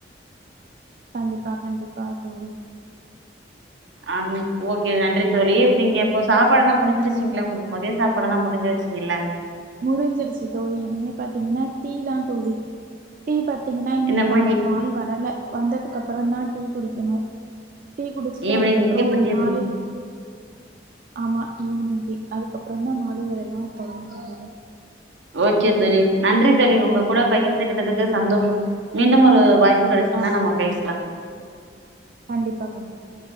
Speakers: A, on the right (about 50°); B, on the right (about 85°).
A: கண்டிப்பா கண்டிப்பா தோழி
B: ஆ ம் ஓகே நன்றி தோழி இப்ப நீங்க இப்போ சாப்பாடுல்லா முடிஞ்சிருச்சீங்கள உங்களுக்கு மதிய சாப்பாடெல்லா முடிஞ்சிருச்சிங்ள
A: முடிஞ்சிருச்சு தோழி இனிமே பாத்தீங்கன்னா டீ தா தோழி டீ பாத்தீங்கன்னா இன்னு
B: இன்னமு
A: பா
B: ஈ
A: பால் வரல வந்ததுக்கு அப்புறோ தா டீ குடிக்கணு டீ குடிச்சுட்டு
B: ஈவினிங்க்கு
A: அதுக்கப்புறோ
B: இப்ப டீ
A: மாலை ஆமா ஈவினிங் டீ அதுக்கப்புறோ தா மால வேலைல்லா தொடங்கு மட்டுமே
B: ஓகே தோழி நன்றி தோழி உங்க கூட பகிர்ந்துகிட்டதுக்கு சந்தோஷம் மீண்டும் ஒரு வாய் ப்பு கெடச்சிதுனா
A: ஆ
B: நம்ம பேசலா
A: கண்டிப்பா கண்டிப்பா